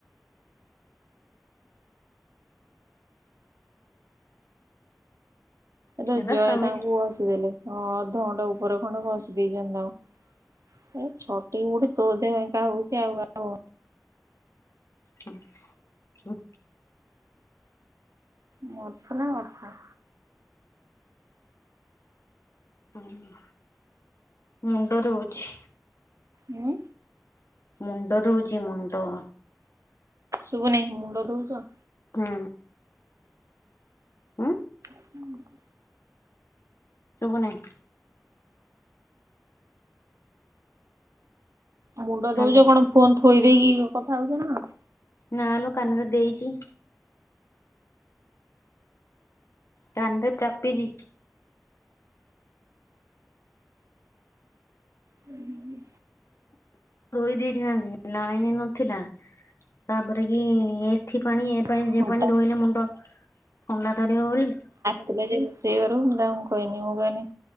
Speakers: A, on the right (about 80°); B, on the left (about 65°).
A: ଏ ତ
B: ଏରା
A: ଜୟ
B: ସେମିତି
A: ତାଙ୍କୁ ବସିଦେଲେ ହଁ ଅଧଘଣ୍ଟା ଉପର ଖଣ୍ଡ ଘସି ଦେଇେଇଛନ୍ତି ଆଉ। ଏଇ ଛଟେଇ ବୁଢି ତୋ ଦେହ ଏକା ହଉଛି ଆଉ ଆଉ
B: ହ। ହୁଁ।
A: ମରୁଛି ନା କଣ।
B: ହୁଁ। ମୁଣ୍ଡ ଧୋଉଛି।
A: ହୁଁ।
B: ମୁଣ୍ଡ ଧୋଉଛି ମୁଣ୍ଡ।
A: ଶୁଭୁନି ମୁଣ୍ଡ ଧୋଉଛୁ?
B: ହୁଁ। ହୁଁ
A: ହୁଁ।
B: ଶୁଭୁନି।
A: ମୁଣ୍ଡ ଧୋଉଛ
B: ହାଲୋ
A: କଣ ଫୋନ୍ ଥୋଇ ଦେଇକି କଥା ହଉଛ ନା କଣ।
B: ନା ଲୋ କାନରେ ଦେଇଛି। କାନ ରେ ଚାପିଛି।
A: ହୁଁ।
B: ଶୋଇ ଦେଇଥିଲ ଲାଇନ ନଥିଲା ତାପରେ କି ଏଥି ପାଇଁ ସେ ପାଣି
A: କଣ
B: ଏ ପାଣି
A: ତ
B: ଧୋଇଲେ ମୁଣ୍ଡ ଥଣ୍ଡା ଧରିବ ବୋଲି
A: ଥିଲେ ଯେ ରୋଷେଇ ଘରୁ ମୁଁ ତାଙ୍କୁ କହନି ମୁଁ କହନି